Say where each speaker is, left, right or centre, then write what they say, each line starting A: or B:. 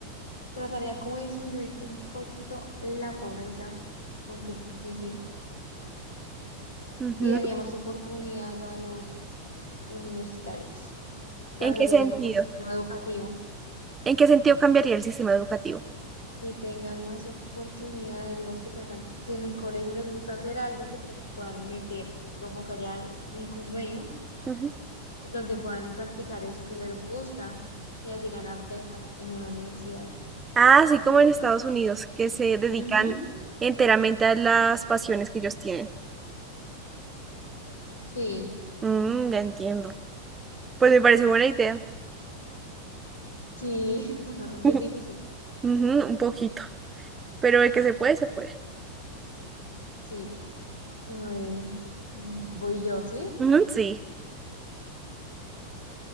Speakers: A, on the left (about 70°); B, on the right (about 15°).
A: Trataría como de disminuir un poquito la pobreza, aunque es difícil,
B: Ujú.
A: y daría más oportunidad a los universitarios. Cambiaría
B: ¿En qué sentido?
A: como el sistema educativo,
B: ¿En qué sentido cambiaría el sistema educativo?
A: que tengan más oportunidades, digamos que salgan, si en el colegio les gusta hacer algo, que se puedan meter como que haya un convenio
B: Ujú.
A: en donde puedan practicar eso que les gusta y así ganar becas en una universidad.
B: Ah, así como en Estados Unidos, que se dedican
A: Ujú,
B: enteramente a las pasiones que ellos tienen.
A: Sí,
B: Mm, ya entiendo. Pues me parece buena idea.
A: sí, <laughs> aunque
B: <laughs>
A: es difícil,
B: Ujú, un poquito. Pero de que se puede, se puede.
A: sí. A ver, mm, voy yo, ¿sí?
B: Ujú, Sí.